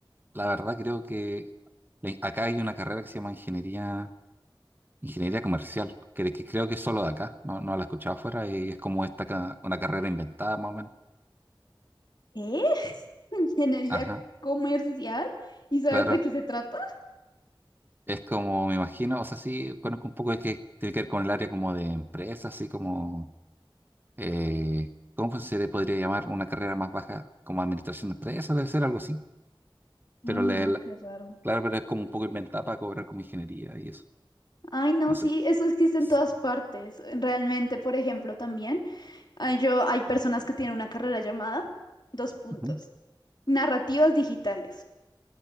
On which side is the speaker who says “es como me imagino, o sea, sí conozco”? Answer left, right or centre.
Right